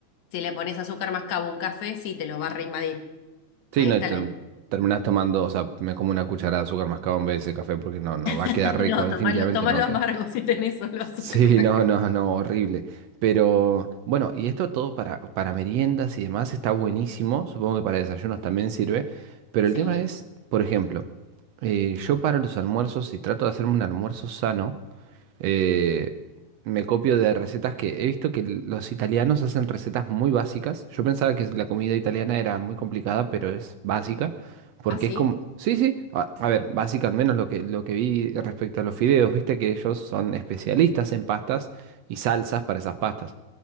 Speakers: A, on the left (about 75°); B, on the right (about 70°).
A: Si le pones azúcar mascabo a un café, sí, te lo va a reinvadir.
B: Sí,
A: Ahí
B: no,
A: está
B: y ter-
A: la idea.
B: terminás tomando, o sea, me como una cucharada de azúcar mascado en vez de ese café porque no, no va
A: <laughs>
B: a quedar
A: No,
B: rico, definitivamente
A: tomalo, tomalo
B: no va a quedar.
A: amargo
B: <laughs>
A: si tenés solo azúcar
B: Sí,
A: mascabo.
B: no, no, no, horrible. Pero bueno, y esto todo para, para meriendas y demás está buenísimo, supongo que para desayunos también sirve, pero
A: Sí.
B: el tema es, por ejemplo, eh, yo para los almuerzos, si trato de hacerme un almuerzo sano, eh, me copio de recetas que he visto que los italianos hacen recetas muy básicas. Yo pensaba que la comida italiana era muy complicada, pero es básica. Porque
A: ¿Ah, sí?
B: es como... Sí, sí. A, a ver, básica al menos lo que, lo que vi respecto a los fideos. Viste que ellos son especialistas en pastas y salsas para esas pastas.